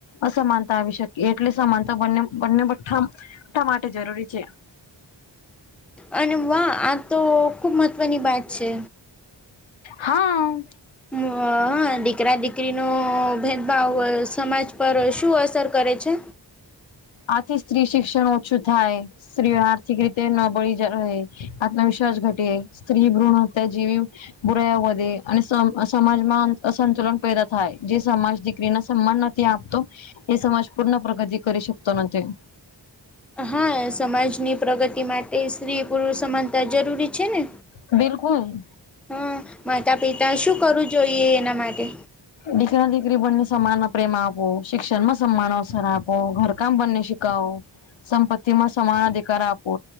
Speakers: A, on the left; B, in the centre.
A: અસમાનતા આવી શકે એટલે સમાનતા બને બંને બધા માટે જરૂરી છે.
B: અને વાહ આ તો ખુબ મહત્વની વાત છે.
A: હા.
B: હ હ દીકરા દીકરીનો ભેદભાવ સમાજ પર શું અસર કરે છે
A: આથી સ્ત્રી શિક્ષણ ઓછું થાય. સ્ત્રીઓ આર્થિક રીતે નબળી જ રહે. આત્મવિશ્વાસ ઘટે. સ્ત્રી ભ્રૂણહત્યા જેવી બુરાઇઓ વધે અને સમાજમાં અસંતુલન પેદા થાય જે સમાજ દીકરી ના સન્માનના આપતો એ સમાજ પૂર્ણ પ્રગતિ કરી શકતો નથી.
B: હા સમાજની પ્રગતિ માટે સ્ત્રી પુરુ સમાનતા જરૂરી છે ને.
A: બિલકુલ.
B: હા માતા પિતા શું કરવું જોઈએ એના માટે?
A: દીકરા દીકરી બને સમાન પ્રેમ આપો શિક્ષણમાં સમાન અવસર આપો ઘરકામ બંને <unintelligible> સંપત્તિ માં સમાન અધિકાર આપો